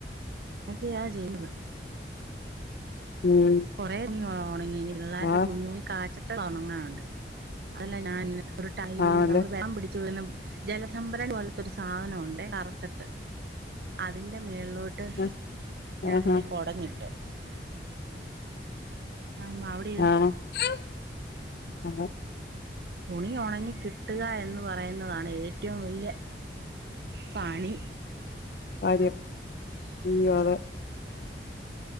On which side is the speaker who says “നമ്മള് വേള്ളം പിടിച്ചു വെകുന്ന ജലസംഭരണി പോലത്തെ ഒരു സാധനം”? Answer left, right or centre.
Right